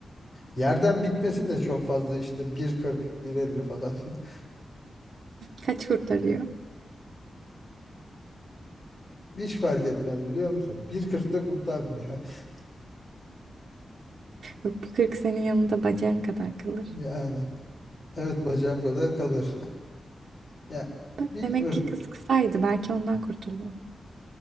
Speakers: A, on the left; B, on the right.
A: Yerden bitmesin de çok fazla işte 1.40, 1.50 falan. <laughs>
B: Kaç kurtarıyor?
A: Hiç fark etmez biliyor musun? 1.40'da kurtarmıyor. <laughs>
B: Yok bu 40 senin yanında bacağın kadar kalır.
A: Yani evet bacağım kadar kalır. <laughs> Ya
B: Bak,
A: bilmiyorum.
B: Demek ki kız kısaydı belki ondan kurtuldun.